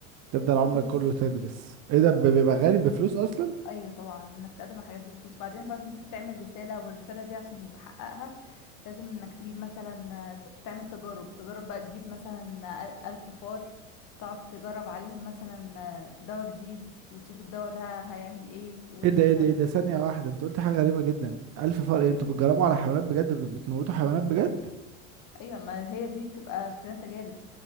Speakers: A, on the right (about 40°); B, on the left (about 45°).
A: تفضل
B: وفلوس
A: عمرك كله تدرس ايه ده بيبقى
B: اه
A: غالي بفلوس اصلا
B: ايوه طبعا انك تقدم على الحاجات دي بفلوس بعدين برضو انت بتعمل رسالة والرسالة دي عشان تحققها لازم انك تجيب مثلا ت- تعمل تجارب تجارب بقى تجيب مثلا أل- ألف فار تقعد تجرب عليهم مثلا دواء جديد وتشوف الدواء ده هيعمل ايه والنسب
A: ايه ده ايه ده ايه ده ثانية واحدة انت قلت حاجة غريبة جدا ألف فرق إيه؟ انتوا بتجربوا على حيوانات بجد بتموتوا حيوانات بجد
B: ايوه ما هي دي بتبقى فيران تجارب